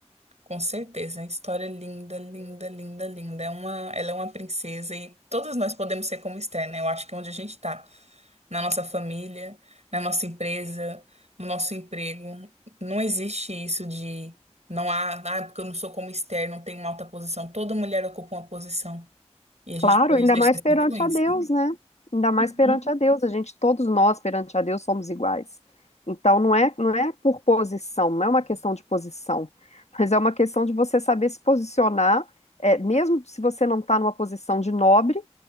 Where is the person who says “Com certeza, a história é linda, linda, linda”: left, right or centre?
Right